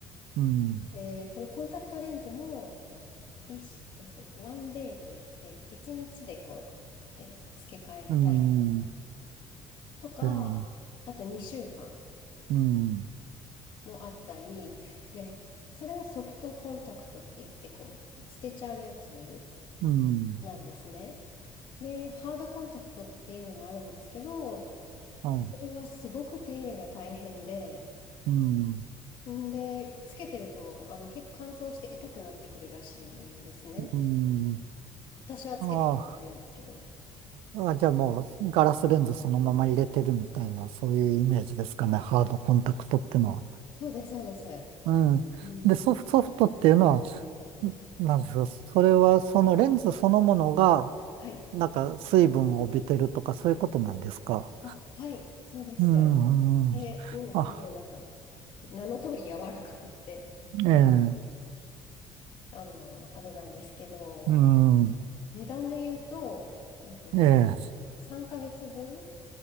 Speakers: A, on the right; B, on the left.
A: うん。
B: えーそのコンタクトレンズも、一しえっと、ワンデーといって、1日でこう、えっと、付け替えるタイプ
A: うん。
B: とか、
A: ええ。
B: あと2週間。
A: うん。
B: もあったり、で、それはソフトコンタクトって言って、こう、捨てちゃうやつ
A: うん。
B: なんですね。で、ハードコンタクトっていうのもあるんですけど、
A: はい。
B: それはすごく手入れが大変で、
A: うん。
B: んで、つけてると、あの、結構乾燥して痛くなってくるらしいんですね。
A: うん。
B: 私はつけたことないんですけど。
A: ああ。あ、じゃあもうガラスレンズそのまま入れてるみたいな、そういうイメージですかね、ハードコンタクトってのは。
B: そうです、そうです。
A: うん。
B: うん。
A: で、ソフト、ソフトっていうのは、なんですかそれはそのレンズそのものが、
B: はい。
A: なんか水分を帯びてるとかそういうことなんですか。
B: あ、はい、そうです。
A: うん、
B: え、
A: うん。
B: うん、
A: あ、
B: もうなんか、名の通り柔らかくってっていう。
A: ええ、
B: あの、あれなんですけど、
A: うん、
B: 値段で言うと、えっと、
A: ええ、
B: 3ヶ月分